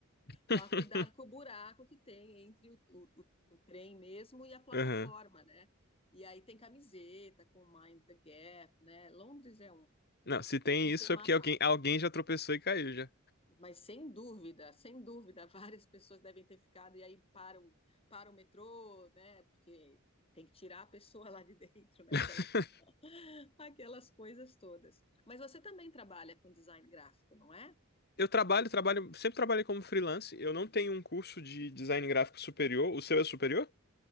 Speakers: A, on the left; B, on the left.
A: <laughs>
B: Tomar cuidado com o buraco que tem entre o, o, o- o trem mesmo e a plataforma,
A: Aham.
B: né? E aí tem camiseta com Mind the Gap, né? Londres é um,
A: Não, se tem
B: um tema
A: isso é porque
B: à parte.
A: alguém, alguém já tropeçou e caiu já.
B: Mas sem dúvida, sem dúvida, <laughs> várias pessoas devem ter ficado e aí para o, para o metrô, né? Porque tem que tirar a pessoa <laughs> lá de dentro, né?
A: <laughs>
B: Aquela, aquelas coisas todas. Mas você também trabalha com design gráfico, não é?
A: Eu trabalho, trabalho, sempre trabalhei como freelance. Eu não tenho um curso de design gráfico superior. O seu é superior?